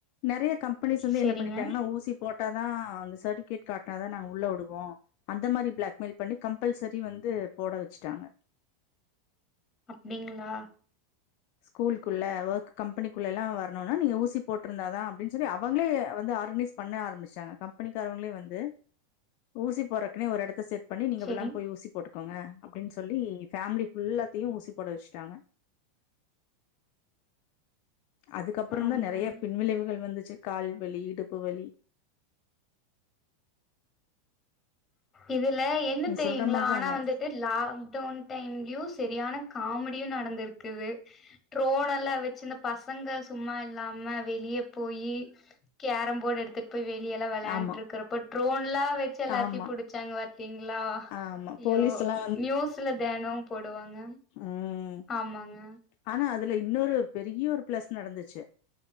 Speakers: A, on the left (about 45°); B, on the left (about 20°).
A: நறைய கம்பெனிஸ் வந்து
B: சரிங்க.
A: என்ன பண்ணிட்டாங்கன்னா ஊசி போட்டாத் தான் அந்த சர்ட்டிபிகேட் காட்னா தான் நாங் உள்ள உடுவோம் அந்த மாரி பிளாக்மெயில் பண்ணி கம்பல்செரி வந்து போட வச்சுட்டாங்க
B: அப்டிங்களா
A: ஸ்கூல்குள்ள ஒர்க் கம்பெனிக்குள்ள எல்லாம் வர னும்னா நீங்க ஊசிபோட்டிருந்த தான் அவங்களே ஆர்கனைஸ் பண்ண ஆம்பிச்சாங்க கம்பெனிக்காரங்களே வந்து ஊசி போறக்குனே ஓரு எடத் சேட் பண்ணி நீங்கலா
B: சரி.
A: போய் ஊசி போட்டுக்கோங்க அப்படின்னு சொல்லி ஃபேமிலிஃபுல்ல த்தையும் ஊசிப்போட வெச்சுட்டாங்க அதுக்கப்புறம
B: ஆமாங்க.
A: தான் நறைய பின்விளைவுகள் வந்துச்சு கால் வலி இடுப்பு வலி
B: இது இல்ல என்ன
A: நீ
B: தெரியுங்களா
A: சொல்ற மாரிதானே
B: ஆனால் வந்துட்டு லாக்டவுன் டைம்லயும் சரியான காமெடியும் நடந்திருக்குது ட்ரோன் எல்லாம் வெச்சு இந்த பசங்கலா சும்மா இல்லாம வெளியே போய் கேரம்போர்ட் எடுத்துட்டு வெளியே எல்லாம் விளையாண்டுட்டு
A: ஆமா
B: இருக்கறப்ப ட்ரோன் எல்லாம் வெச்சு எல்லாத்தையும்
A: ஆமா
B: புடிச்சாங்க வத் பாத்தீங்களா
A: ஆமா போலீஸ்
B: யோ
A: எல்லா
B: நியூஸ்ல தெனம் போடுவாங்க
A: உம்
B: ஆமாங்க.
A: ஆனா அதுல இன்னொரு பெரிய ஒரு பிளஸ் நடந்துச்சு